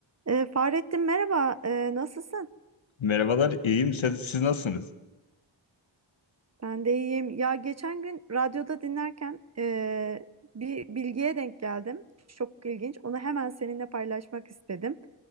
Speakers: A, on the right; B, on the left.
A: Ee, Fahrettin merhaba, Ee, nasılsın?
B: Merhabalar, iyiyim. Siz, siz nasılsınız?
A: Ben de iyiyim. Ya geçen gün radyoda dinlerken ee, bir bilgiye denk geldim. Çok ilginç. Onu hemen seninle paylaşmak istedim.